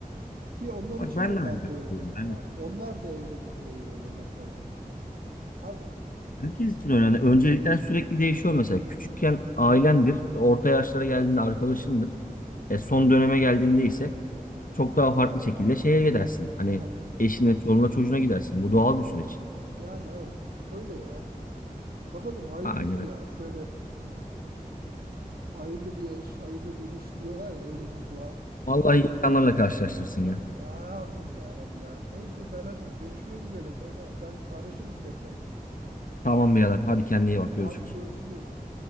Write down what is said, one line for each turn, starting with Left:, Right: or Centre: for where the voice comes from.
Right: Ki onlar
Left: Bak
Right: için
Left: ben
Right: de
Left: de aynı
Right: ben
Left: düşünüyorum.
Right: de öyleyim
Left: Yani
Right: ya. Onlar da evlenince öyle olacaklar sonuçta. Abi
Left: herkes için öyle. Yani öncelikler sürekli değişiyor mesela. Küçükken ailendir. e, Orta yaşlara geldiğinde arkadaşındır. E, son döneme geldiğinde ise çok daha farklı şekilde şeye gidersin. Hani
Right: ya,
Left: eşine, çoluğuna, çocuğuna gidersin. Bu doğal bir süreç.
Right: yani evet öyle ya. Bakalım hayırlısı
Left: Aynen.
Right: ya. Şöyle hayırlı bir eş, hayırlı bir iş diyorlar ya öyle bir dua.
Left: Vallahi insanlarla karşılaştırsın ya.
Right: Ya amin ya valla. Neyse Serhat'ım görüşmek üzere. Sonra ben araşırız tekrar.
Left: Tamam birader. Hadi kendine iyi bak. Görüşürüz.
Right: Hadi görüşürüz.